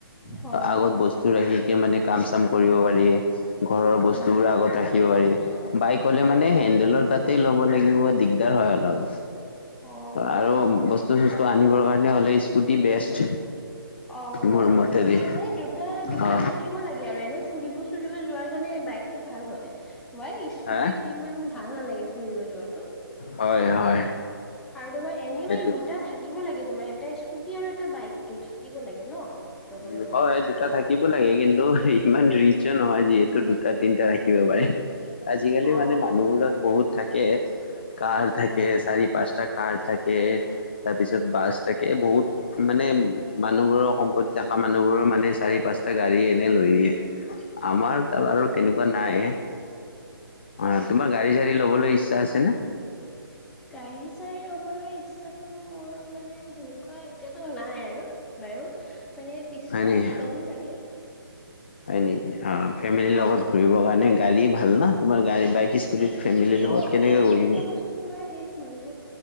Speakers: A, in the centre; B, on the left.
A: হয়
B: আগত
A: হয়
B: বস্তু সটো ৰাখিকে মানে, কাম- চাম কৰিব পাৰি, ঘৰৰ বস্তুবোৰ
A: উম উম
B: আগত ৰাখিব পাৰি বাইক হ'লে মানে, হেণ্ডেলৰ তাতেই, ল'ব লাগিব দিগদ দিগদাৰ হয়, অলপ!
A: অ অ
B: আৰু বস্তু বস্তু, চস্তু, আনিবৰ কাৰণে হ'লে, স্কুটি বেষ্ট
A: অ,
B: মোৰ
A: অ,
B: মতেদি
A: হয়, হয়, মানে দুটা দুটা,
B: অ
A: থাক থাকিব লাগে আৰু, এনে ফুৰিব- চুৰিব, যোৱাৰ কাৰণে, বাইকটো ভাল হয় মই, মই স্কুটি
B: হা
A: সিমান, ভাল নালাগে, ফুৰিব যোৱাটো
B: হয়, হয়,
A: আৰু তোমাৰ, এনেই মানে,
B: এইটো
A: দুটাত থাকিব লাগে, তোমাৰ এটা স্কুটি, আৰু এটা বাইকটো, থাকিব লাগে ন' চবৰে
B: উ
A: ঘৰত
B: হয়, দুটা থাকিব লাগে, কিন্তু ইমান ৰিচো নহয়! যিহেতু দুটা দুটা, তিনিটা, ৰাখিব পাৰিম আজিকালি
A: অ
B: মানে মানুহবোৰক
A: অ
B: বহুত থাকে, কাৰ
A: উম
B: থাকে,
A: উম
B: চাৰি পাঁচটা, কাৰ থাকে তাৰ পিছত, বাছ থাকে, বহুত! মানে মানুহবোৰৰ সম্পটি জাকা মানুহবোৰৰ মানে, চাৰি পাঁচটা গাড়ী এনে লৈ আহে, আমাৰ তাৰ
A: হয়
B: আৰু
A: হয়
B: তেনেকুৱা নাই, অ' তোমাৰ গাড়ী, চা়ৰি লবলৈ ইচ্ছা আছে নে?
A: গাড়ী চ়াৰি ল'বৰ ইচ্ছাতটো, মোৰ মানে, সেনেকুৱা এতিয়াতো নাই আৰু বাৰু, মানে পিছত
B: হয় নেকি?
A: ল'ম, ছাগে
B: হয় নেকি? অ ফেমিলিৰ লগত ঘুৰিব কাৰণে, গাড়ী, ভাল ন, তোমাৰ গাড়ী বাইক ইস্কুতি বুলি, ফেমিলিৰ
A: অ',
B: লগত কেনেকৈ?
A: ফেমিলিৰ
B: গুৰিবি
A: লগতো তোমাৰ, সেই ফুৰিব,